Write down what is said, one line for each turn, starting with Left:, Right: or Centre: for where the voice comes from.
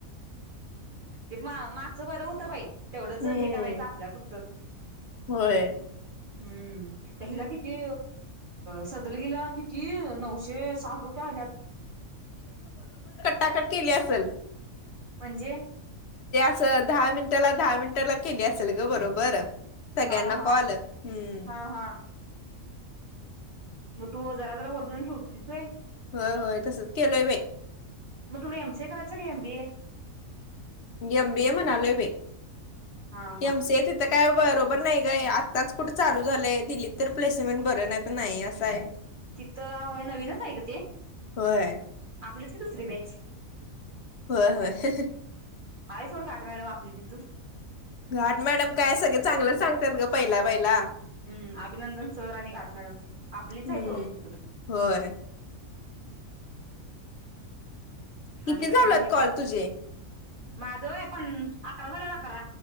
Right: ते मागचं बरं होतं बाई. तेवढंच
Left: हम्म
Right: हे करायचं आपल्यापुरतं.
Left: होय.
Right: हम्म त्या हिला किती. सदलगीला किती नऊशे साठ रुपये आल्यात.
Left: एकटाक केली असेल.
Right: म्हणजे.
Left: अस दहा मिनिटाला. दहा मिनिटाला. केली असेल ग बरोबर. सगळ्यांना
Right: हा हा
Left: कॉल हम्म..
Right: हा हा मग तू जरा-जरा. वढून-आणून ठेवत होतीस व्हय.
Left: होय-होय तसच केलंय बाई
Right: मग तुला एम. सीए कराच का एम. बीए.
Left: एमबीए म्हणालोय बाई.
Right: हा हा
Left: एमसीए तिथं काय बरोबर. बर नाही ग काय आत्ताच कुठं चालू झालंय. दिलीत तर प्लेसमेंट बर नाही-नाही तर अस हाय.
Right: तिथं नवीनच व्हय नवीनच हाय ग ते.
Left: होय
Right: आपलीच की दुसरी बॅच.
Left: होय-होय.
Right: हाय सोड घाट मॅडम आपली तिथ.
Left: घाट मॅडम काय. सगळे चांगलं सांगतात. ग पहिला-पहिला.
Right: हम्म अभिनंदन सर. आणि घाट मॅडम आपलीच
Left: हम्म
Right: आहेत दोन तिथं.
Left: होय किती
Right: आणि
Left: झालत
Right: काय मग निवांत.
Left: कॉल तुझे
Right: माझं होय. पण अकरा झाल्यात अकरा.